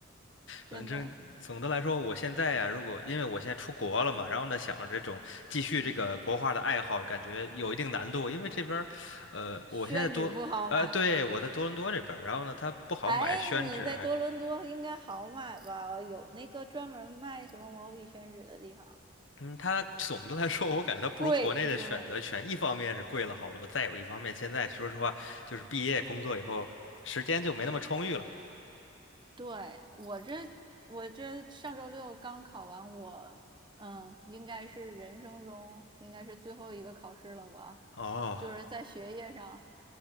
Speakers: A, on the right; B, on the left.
A: 真的，
B: 反正总的来说，我现在呀、如果因为我现在出国了嘛，
A: 嗯
B: 然后呢，想着这种继续这个国画的爱好，
A: 嗯，
B: 感觉有一定难度，因为这边儿呃，
A: 宣纸不好买，
B: 我现在多。呃，对，我在多伦多这边儿然后呢，它不好买宣纸，
A: 哎，你在多伦多应该好买吧？
B: 还。
A: 有那个专门卖什么毛笔宣纸的地方，
B: 嗯，它总的来说，我感觉它不如国内的选择权。
A: 贵是吗？
B: 一方面是贵了好多，再有一方面，现在说实话，就是毕业工作以后，时间就没那么充裕了。
A: 对，我这我这上周六刚考完我，嗯，应该是人生中应该是最后一个考试了吧？
B: 哦，
A: 就是在学业上